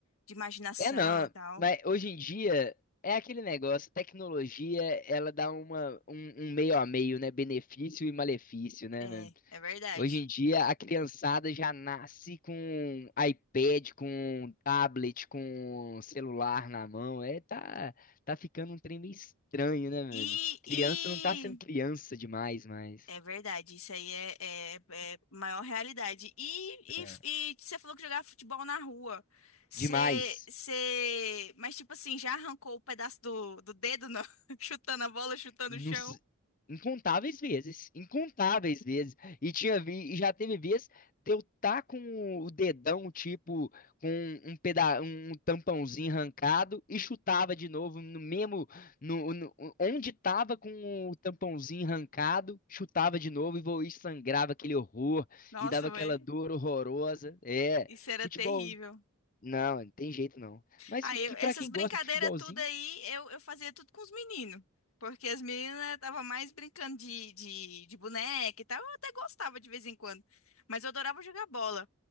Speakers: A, on the left; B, on the left.
A: de imaginação
B: É não,
A: e tal.
B: mas hoje em dia é aquele negócio, tecnologia, ela dá uma, um, um meio a meio, né? Benefício e malefício, né,
A: É,
B: mano?
A: é verdade.
B: Hoje em dia a criançada já nasce com iPad, com tablet, com celular na mão. É, tá, tá ficando um trem meio estranho, né, mano?
A: E,
B: Criança
A: e
B: não tá sendo criança demais, mais.
A: É verdade, isso aí é, é, é maior realidade. E,
B: É.
A: e, e você falou que jogava futebol na rua. Você,
B: Demais.
A: você... Mas, tipo assim, já arrancou o pedaço do, do dedo, não? <laughs> Chutando a bola, chutando
B: nos-
A: o chão?
B: incontáveis vezes, incontáveis vezes. E tinha vi, e já teve vez de eu tá com o dedão, tipo, com um peda um tampãozinho arrancado e chutava de novo no mesmo no, no- onde tava com o tampãozinho arrancado, chutava de novo e, vo- e sangrava aquele horror
A: Nossa,
B: e dava aquela
A: velho,
B: dor horrorosa. É,
A: isso era
B: futebol,
A: terrível.
B: não, não tem jeito não. Mas
A: Aí, eu-
B: que
A: essas
B: para quem
A: brincadeiras
B: gosta de futebolzinho,
A: tudo aí, eu, eu fazia tudo com os meninos. Porque as meninas estavam mais brincando de, de, de boneca e tal. Eu até gostava de vez em quando. Mas eu adorava jogar bola.